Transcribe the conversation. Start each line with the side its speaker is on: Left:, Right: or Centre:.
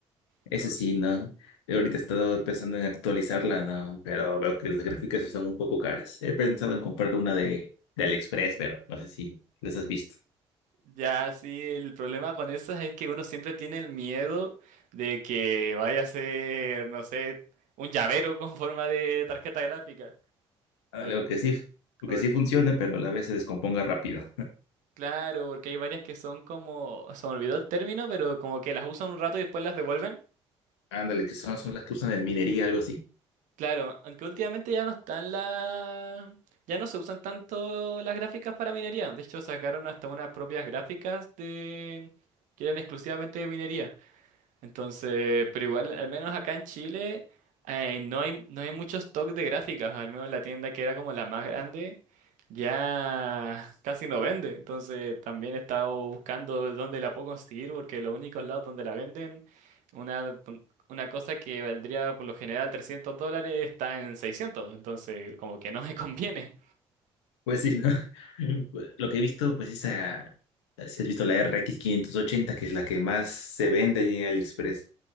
Left: Eso
Right: Entonces,
Left: sí, ¿no? Yo ahorita he estado pensando en actualizarla, ¿no? Pero veo que las gráficas están un poco caras. He pensado en comprar una de, de AliExpress, pero no sé si las has visto.
Right: ya sí, el problema con esas es que uno siempre tiene el miedo de que vaya a ser, no sé, un llavero con forma de tarjeta gráfica.
Left: Ándale,
Right: Por-
Left: o que sí, porque
Right: por-
Left: sí funcione, pero a la vez se descomponga rápido.
Right: claro, porque hay varias que son como, se me olvidó el término, pero como que las usan un rato y después las devuelven.
Left: Ándale, que son, son las que usan en minería, algo así.
Right: Claro, aunque últimamente ya no están la... Ya no se usan tanto las gráficas para minería. De hecho, sacaron hasta unas propias gráficas de... que eran exclusivamente de minería. Entonces, pero igual, al menos acá en Chile, eh, no hay, no hay mucho stock de gráficas, al menos la tienda que era como la más grande, ya <laughs> casi no vende. Entonces, también he estado buscando dónde la puedo conseguir, porque los únicos lados donde la venden, una, una cosa que valdría por lo general trescientos dólares está en 600. entonces como que no me <laughs> conviene,
Left: Pues sí, ¿no? <laughs> Lo que he visto, pues esa, si has visto la RX 580, que es la que más se vende allí en AliExpress.